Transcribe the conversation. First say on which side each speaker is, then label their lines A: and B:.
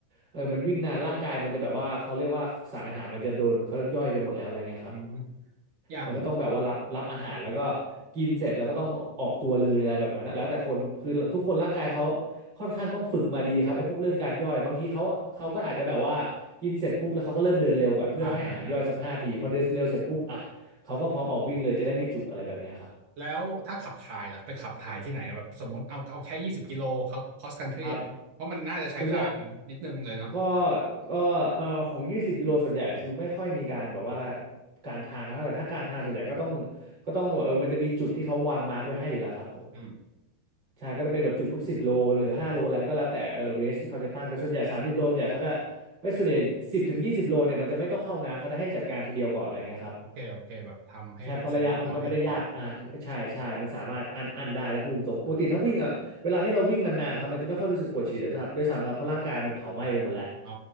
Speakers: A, on the right (about 25°); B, on the right (about 50°).
A: เออมันวิ่งนานร่างกายมันจะแบบว่าเขาเรียกว่าสารอาหารมันจะโดนเขาเรียกย่อยไปหมดแล้วอะไรเงี้ยครับ
B: อืมอย่าง
A: มันก็ต้องแบบว่ารับรับอาหารแล้วก็กินเสร็จแล้วก็ต้องออกตัวเลยอะไรแบบนั้นนะแล้วแต่คนคือทุกคนร่างกายเขาค่อนข้างต้องฝึกมาดีครับไอ้พวกเรื่องการย่อยบางทีเขาเขาก็อาจจะแบบว่ากินเสร็จปุ๊บแล้วเขาก็เริ่มเดินเร็วก่อนเพื่อให้อาหารย่อยสักห้าทีพอเดินเร็วเสร็จปุ๊บอ่ะเขาก็พร้อมออกวิ่งเลยจะได้ไม่จุกอะไรแบบเนี้ยครับ
B: อ่าอ่าอ่าแล้วถ้าขับถ่ายล่ะไปขับถ่ายที่ไหนอะแบบสมมติเอาเอาแค่ยี่สิบกิโลครับคอสคันทรีเนี่ยเพราะมันน่าจะใช้เวลานิดนึงเลยเนาะ
A: ครับส่วนใหญ่ก็ก็เอ่อของยี่สิบกิโลส่วนใหญ่คือไม่ค่อยมีการแบบว่ากลางทางกันเท่าไหร่ถ้ากลางทางส่วนใหญ่ก็ต้องก็ต้องเออมันจะมีจุดที่เขาวางมาร์กไว้ให้อยู่แล้วครับผม
B: อืม
A: ใช่ก็จะเป็นแบบจุดทุกสิบโลหรือห้าโลอะไรก็แล้วแต่เออเรสที่เขาจะตั้งแต่ส่วนใหญ่สามสิบโลเนี่ยเขาจะเฮ้ยส่วนใหญ่สิบถึงยี่สิบโลเนี่ยมันจะไม่ต้องเข้าน้ำเขาจะให้จัดการทีเดียวก่อนอะไรเงี้ยครับ
B: โอเคโอเคแบบทำให้แบบเสร็จเรียบร้อยก่อน
A: ใช่เพราะระยะมันก็ไม่ได้ยากอ่าใช่ใช่มันสามารถอันอันได้นะพูดตรงปกติถ้าวิ่งอ่ะเวลาที่เราวิ่งนานๆครับมันจะไม่ค่อยรู้สึกปวดฉี่ด้วยซ้ำด้วยซ้ำครับเพราะร่างกายมันเผาไหม้ไปหมดแล้ว
B: อ๋อ